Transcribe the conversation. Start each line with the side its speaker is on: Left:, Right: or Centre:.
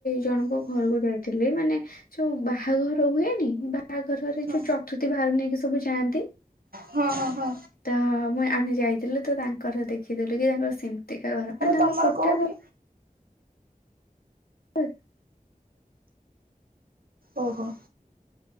Left: ଜଣକ ଘରକୁ ଯାଇଥିଲି ମାନେ ଯୋଉ ବାହାଘର ହୁଏନି ବାହାଘରରେ
Right: ହଁ
Left: ଯୋଉ ଚତୁର୍ଥୀ ଭାର ନେଇକି ସବୁ ଯାଆନ୍ତି।
Right: ହଁ ହଁ ହଁ।
Left: ତ ମୁଁ ଆମେ ଯାଇଥିଲୁ ତ ତାଙ୍କର ଦେଖିଦେଲୁ କି ତାଙ୍କର ସେମିତିକା ଘର ମାନେ ତାଙ୍କର
Right: ତମର
Left: କୋଠା
Right: କୋଉଠି?
Left: ଘ <unintelligible>
Right: ଓ ହୋ।